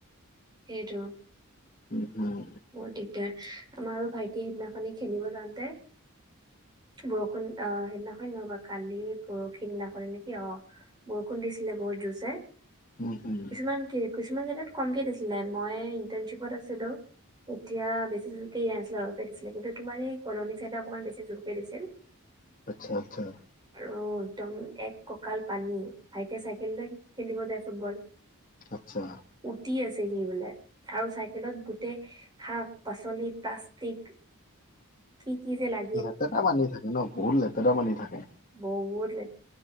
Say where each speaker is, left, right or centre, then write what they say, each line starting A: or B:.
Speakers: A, on the right (about 20°); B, on the left (about 40°).
A: সেইটো।
B: উম, উম।
A: বহুত দিগদাৰ আমাৰো ভাইটি সেইদিনাখনি খেলিব যাওঁতে। বৰষুণ আহ সেইদিনাখন নহয় বাৰু কালি পৰশি দিনাখনে নেকি অহ। ', বৰষুণ দিছিলে বহুত জোৰচে।
B: উম উম
A: কিছুমান কি কিছুমান জেগাত কমকে দিছিলে মই ইন্টানশ্বিপত আছিলো। তেতিয়া বেছি জোৰকে দিয়া নাছিল অলপে দিছিল কিন্তু তোমাৰ এই কলনী চাইডে অকণমান বেছি জোৰকে দিছিল। <unintelligible>
B: আচ্ছা আচ্ছা।
A: আৰু একদম এক কঁকাল পানী ভাইটিয়ে চাইকেল লৈ খেলিব যায় ফুটবল। <unintelligible>
B: আচ্ছা।
A: উটি আছে সি বোলে আৰু চাইকেলত গোটেই। শাক পাচলি প্লাষ্টিক। কি কি যে লা
B: লেতেৰা পানী থাকে ন বহুত লেতেৰা পানী থাকে।
A: বহুত লে